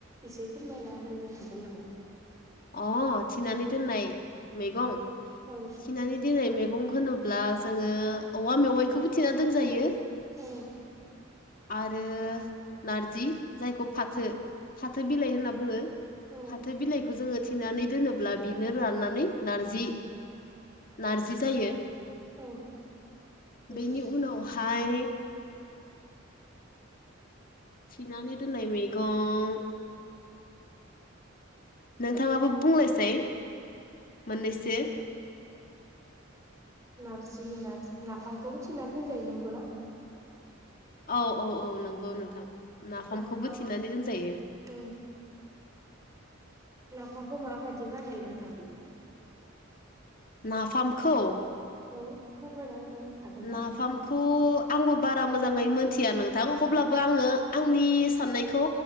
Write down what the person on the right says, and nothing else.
एसे फोरमायना होनो हागोन नामा
औ
औ
औ
औ नंगौ
नारजि नारजि नाफामखौबो थिनानै दोनजायो नंगौना
नाफाम
उम नाफामखौ माबायदि बानायो नोंथां
औ फोरमायना होनो हागोन ना